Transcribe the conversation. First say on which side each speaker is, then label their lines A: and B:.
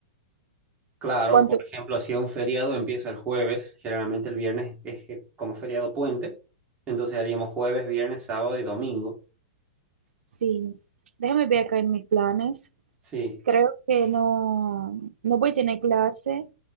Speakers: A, on the right; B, on the right.
A: Claro,
B: ¿Cuántos
A: por ejemplo, si es un feriado empieza el jueves, generalmente el viernes es eh, como feriado puente, entonces haríamos jueves, viernes, sábado y domingo.
B: Sí, déjame ver acá en mis planes.
A: Sí.
B: Creo que no, no voy a tener clase